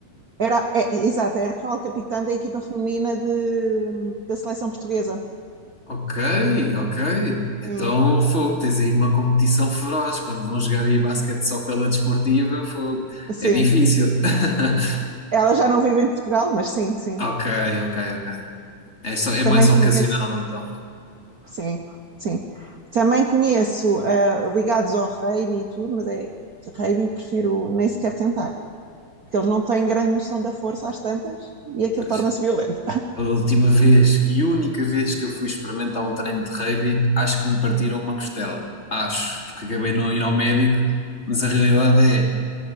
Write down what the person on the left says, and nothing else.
Ok, ok. Então,
fogo, tens aí uma competição feroz. Quando vão jogar aí basquete só pela desportiva, fogo,
é difícil. <laughs>
Ok, ok, ok. É só, é
mais
ocasional então.
Pois.
A última vez e única vez que eu fui experimentar um treino de rugby, acho que me partiram uma costela. Acho, porque acabei de não ir ao médico, mas a realidade é...